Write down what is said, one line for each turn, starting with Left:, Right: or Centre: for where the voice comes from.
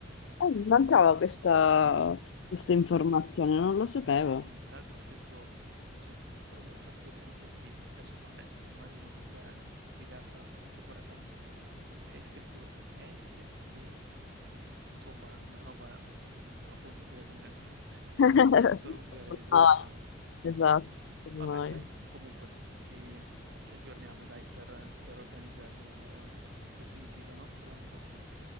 Left: Eh, mi mancava questa, questa informazione, non lo sapevo.
Right: Sì, sì, tra l'altro è scritto ehm, cioè si pronuncia più o meno così, adesso vabbè, immagino che sia, mhmm, diversa la pronuncia corretta, ma è scritto SZ, insomma una roba improponibile come <laughs>
Left: <laughs>
Right: tutto l'ungherese,
Left: Ah,
Right: diciamo.
Left: esatto, ormai.
Right: Vabbè dai, comunque ci ci aggiorniamo dai per per organizzare in maniera definitiva, no, per l'anno prossimo.